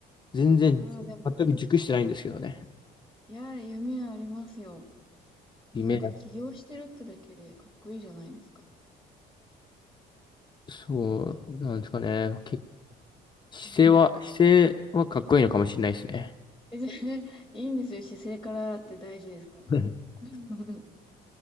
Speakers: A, on the left (about 25°); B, in the centre.
A: 全然、
B: いやー、でも、
A: 全く熟してないんですけどね。
B: いやー、夢はありますよ。なんか起業してるってだけでかっこいいじゃないですか。
A: 夢だ。そう、なんですかね。け、姿勢は、
B: うんうん。
A: 姿勢はかっこいいのかもしれないですね。
B: え、じゃあいいんですよ。姿勢からって大事ですから。
A: <laughs>
B: <laughs>